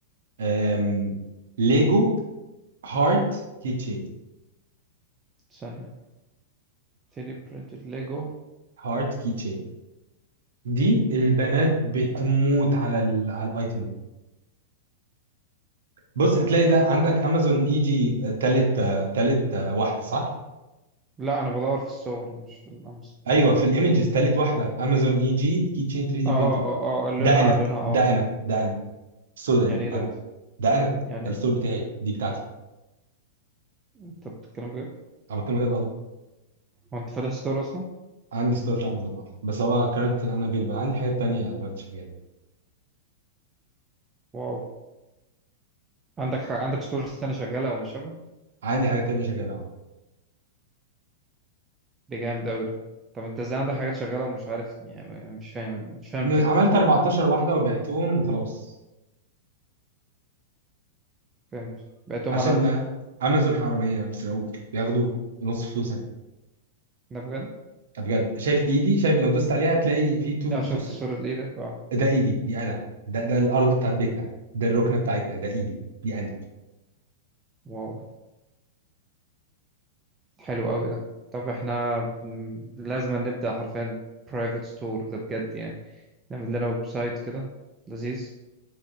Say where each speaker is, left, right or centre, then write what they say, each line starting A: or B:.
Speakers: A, on the right (about 85°); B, on the right (about 15°).
A: أم... ليجو هارت كيتشين
B: ثانية 3D printed ليجو
A: هارت كيتشين دي البنات
B: ليجو
A: بتموت على ال... على الايتم ده بص هتلاقي ده عندك امازون اي جي آه، تالت آه، تالت آه، واحده صح
B: لا انا بدور في الصور مش في الامس
A: ايوه في الايمجز تالت واحده امازون اي جي كيتشين 3 دي
B: اه اه
A: برينتد
B: اه اه آه، لونها
A: ده انا
B: لونها اه
A: ده انا ده انا السودا
B: يعني
A: دي
B: ايه ده
A: انا
B: انت
A: ده انا
B: يعني
A: ده
B: إيه؟
A: الستور بتاعي دي بتاعتي
B: انت بتتكلم بجد
A: انا بتكلم بجد والله
B: هو انت فاتح ستور اصلا
A: عندي ستور في امازون اه بس هو كانت انا افيلبل عندي حاجات تانية دلوقتي شغاله
B: واو عندك ح... عندك ستور السنة شغالة او مش شبه
A: عندي حاجات تانية شغاله
B: ده جامد قوي ده طب انت ازاي عندك حاجات شغالة ومش عارف يعني مش فاهم مش فاهم
A: ن-
B: الفكرة
A: عملت 14 واحدة وبعتهم وخلاص
B: فهمت بعتهم
A: عشان
B: على امازون
A: امازون حرامية بيسرقوك بياخدوا نص فلوسك
B: ده بجد
A: ده بجد شايف ايدي شايف لو دوست عليها هتلاقي في تو,
B: اه
A: تو
B: شفت صورة ايدك اه
A: ده ايدي دي انا ده ده الارض بتاعت بيتنا ده الركنة بتاعتنا ده ايدي دي انا
B: واو حلو قوي ده طب احنا بن- لازم نبدأ حرفيا برايفت ستور ده بجد يعني نعمل لنا ويب سايت كده لذيذ